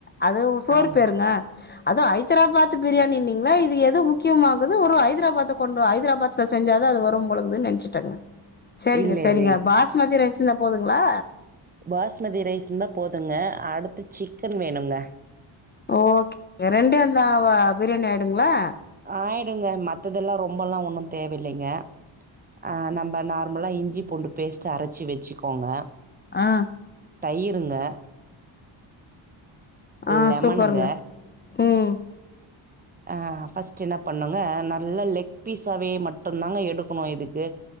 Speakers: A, on the left; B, on the right.
A: அது சோறு
B: ஆமாம்
A: பேருங்க அது ஐதராபாத் பிரியாணினிங்களா இது எது முக்கியமாகுது ஒரு ஐதராபாத்த கொண்டு ஐதராபாத் செஞ்சாதா அது வரும் போலக்குதுனு நெனச்சுட்டேங்க செரிங்க
B: இல்லை
A: செரிங்க
B: இல்லை
A: பாஸ்மதி ரைஸ் இருந்தா போதுங்களா
B: பாஸ்மதி ரைஸ் இருந்தா போதுங்க அடுத்து சிக்கன் வேணுங்க
A: ஓகேங்க ரெண்டும் இருந்தா பிரியாணி ஆயிடுங்களா
B: ஆயிடுங்க மத்ததெல்லா ரொம்பல்லா ஒன்னு தேவையில்லைங்க ஆ நம்ம நார்மலா இஞ்சி பூண்டு பேஸ்ட்டு அரைச்சு வச்சிக்கோங்க
A: ஆ
B: தயிருங்க
A: ஆ
B: லெமனுங்க
A: சூப்பருங்க ம்
B: ஆ ஃபர்ஸ்ட் என்ன பண்ணுங்க நல்ல லெக் பீஸாவே மட்டுந்தாங்க எடுக்கணு இதுக்கு